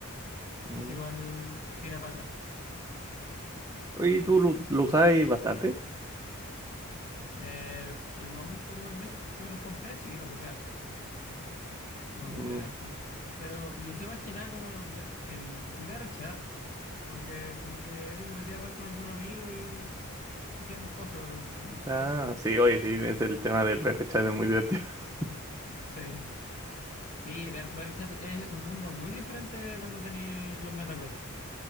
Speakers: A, on the right; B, on the left.
A: Mm.
B: Eso igual tira para atrás.
A: Oye, ¿y ¿tú lo, lo usáis bastante?
B: Eh, el momento como el mes que me los compré, sí, lo ocupé harto. Lo
A: Mm.
B: ocupé harto. Pero lo usé más que nada como en, en, en VR chat. Porque como que ahí me metía a jugar con algún amigo y eh, hacíamos cosas de repente, era chistoso.
A: Ah, sí, oye, sí, es el tema del chat es muy divertido. <laughs>
B: Sí. Sí, VR, VR chat es un mundo muy diferente cuando tenéis los MetaQuest.